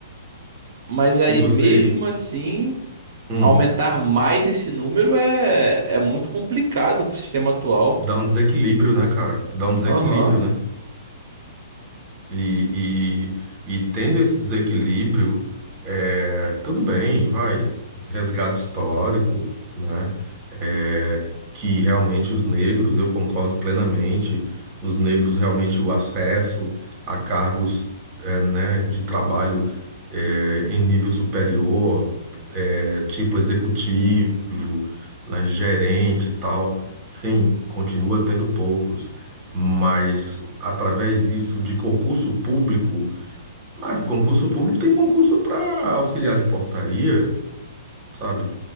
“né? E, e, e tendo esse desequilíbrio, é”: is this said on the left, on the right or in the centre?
Right